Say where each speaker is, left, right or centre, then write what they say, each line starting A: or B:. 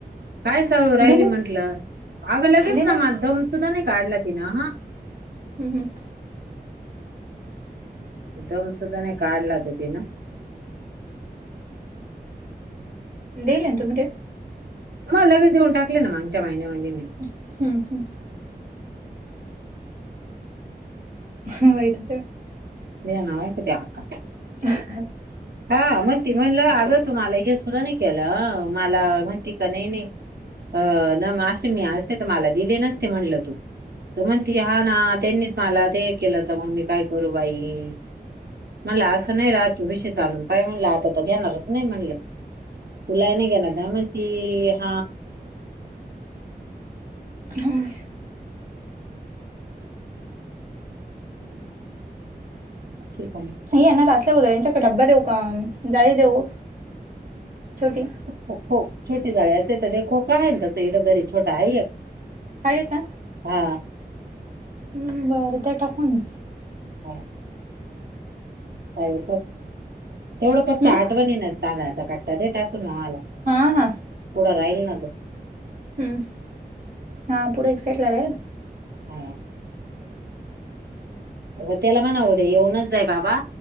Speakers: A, on the right (about 75°); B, on the right (about 55°).
A: काय चालू राहिली
B: दिले
A: म्हंटलं? अगं लगेच
B: दिले
A: ना
B: हम्म
A: मला दमसुद्धा नाही काढला तिनं हा.
B: हम् हम
A: दम सुद्धा नाही काढला ती ना.
B: देईल तुम्ही ते.
A: मग लगच घेऊन टाकले ना मागच्या महिन्यामध्ये मी
B: हम्म हम्. हम्म वैतग
A: दे नाय क द्या अकात.
B: <unintelligible>
A: हा म्हणती म्हणलं अगं तू मला एक सुद्धा नाही हा केलं मला म्हणती का नाही नाही. अ ना मग असे मी असते तर मला दिले नसते म्हणल तू त म्हणती हा ना त्यांनीच मला ते केलंत मग मी काय करू बाई. मला असं नाही राहतो. चालून काय म्हणलं आता तर घेणारच नाही म्हणलं तुला नाही घेणार नाही मग ती <inaudible>
B: हम्म.
A: चेक <inaudible>
B: हे येणार असता, उद्या यांच्याकडे डब्बा देऊ का, जाळी देऊ छोटी.
A: ख छोटी झाडे असे तर देखो काय, आहे तसं इथ घरी छोटा आहे एक.
B: हय का
A: हा
B: बरं द्या टाकून म.
A: हां <unintelligible> काय तेवढं फक्त
B: हम्
A: आठवणी ना तांदळाचा कट्टा दे टाकून माला.
B: हा, हा.
A: राहिल ना तो.
B: हम्म हा पुढे एक्साइट ला राइल.
A: हां <unintelligible> अ त्याला म्हणाव उदया येऊनच जाय बाबा